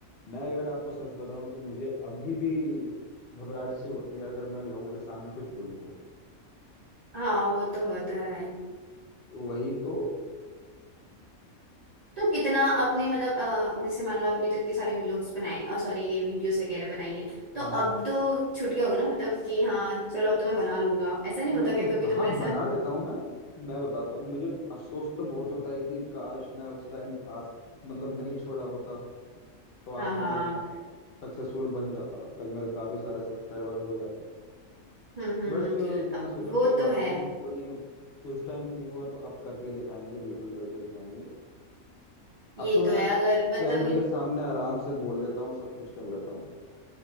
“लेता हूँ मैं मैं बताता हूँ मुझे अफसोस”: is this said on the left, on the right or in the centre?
Left